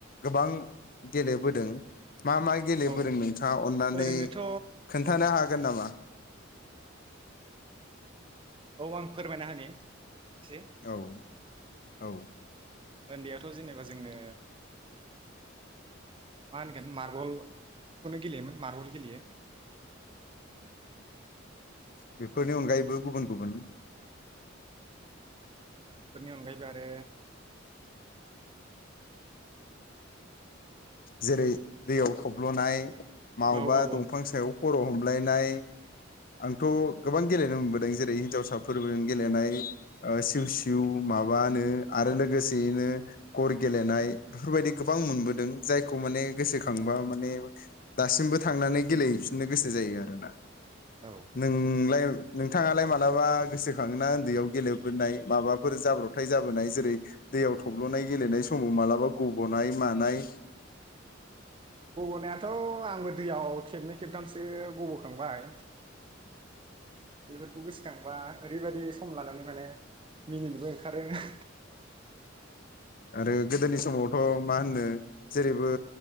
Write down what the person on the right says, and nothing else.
औ
ओरैनोथ'
औ आं फोरमायना होनि। एसे
उन्दैयावथ' जेनेबा जोङो मा होनगोन मार्बलखौनो गेलेयोमोन मार्बल गेलेयो
बेफोरनि अनगायैबो आरो
औ औ औ
औ
गब'नायाथ थ' आंबो दैयाव खेबनै खेबथामसो गब'ख खांबाय। बेफोरखौ गोसोखांबा ओरैबायदि सम लानानै माने मिनिनोबो ओंखारो ओह।